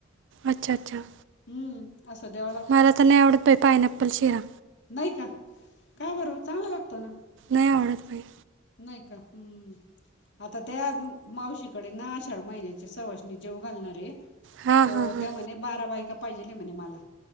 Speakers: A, on the right (about 65°); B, on the left (about 65°).
A: अच्छा अच्छा.
B: हम्म. असं देवाला.
A: मला तर नाही आवडत प पायनॅप्पल शिरा.
B: नाही का काय बरं चांगलं लागतं.
A: नया ऑर्डरप.
B: नाही का हम्म आता त्या मावशी कडे ना आषाढ महिन्याच्या सवासणी जेवु घालणारेत.
A: हां
B: तर
A: हां हां
B: त्या म्हणे बारा बायका पाहिजेल आहे म्हणे मला.